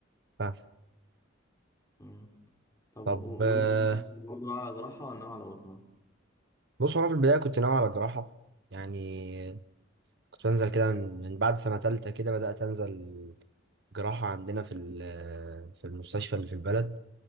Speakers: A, on the right; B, on the left.
A: فاهم
B: مم. طب و-
A: طب آه،
B: وأنت مثلا برضه ناوي على جراحة ولا ناوي على بطنة؟
A: بص هو انا في البداية كنت ناوي على جراحة يعني كنت بنزل كده من من بعد سنة تالتة كده بدأت انزل جراحة عندنا في ال- في المستشفى اللي في البلد